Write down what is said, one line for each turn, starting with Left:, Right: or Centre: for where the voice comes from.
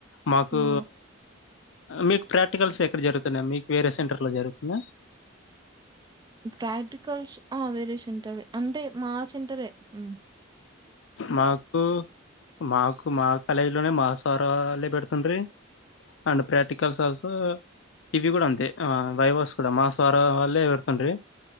Left: మాకు
Right: ఆ
Left: మీకు ప్రాక్టికల్స్ ఎక్కడ జరుగుతున్నాయి మీకు వేరే సెంటర్లో జరుగుతుందా
Right: ప్రాక్టికల్స్ ఆ వేరే సెంటరే అంటే మా సెంటరే ఉమ్
Left: మాకు మాకు మా కాలేజ్ లోనే మా సార్ వాళ్ళే పెడుతుండ్రి అండ్ ప్రాక్టికల్స్ ఆల్సో ఇవి కూడా అంతే ఆ వైవాస్ కూడా మా సార్ వాల్లే పెడుతుండి